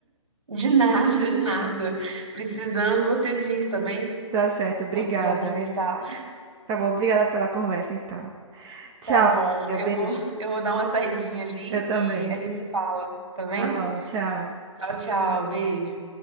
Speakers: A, on the right (about 75°); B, on the right (about 25°).
A: De nada, <laughs> de nada. Precisando, você diz, tá bem?
B: Tá certo, obrigada.
A: Quando quiser conversar.
B: Tá bom, obrigada pela conversa então. Tchau,
A: Tá bom.
B: amiga.
A: Eu vou,
B: Beijo.
A: <laughs> eu vou dar uma saidinha ali
B: Eu também.
A: e a gente se fala, tá bem?
B: Tá bom, tchau.
A: Tchau, tchau. Beijo.